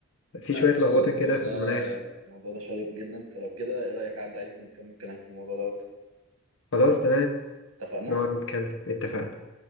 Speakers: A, on the left (about 60°); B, on the right (about 70°).
A: في
B: أه،
A: شويه
B: بص
A: لخبطه
B: الموضوع
A: كده
B: ده
A: في المناخ
B: الموضوع ده شيق جدا فلو كده ايه رأيك اعدي عليكم ونكمل كلام في الموضوع ده
A: خلاص تمام
B: اتفقنا
A: نقعد نتكلم اتفقنا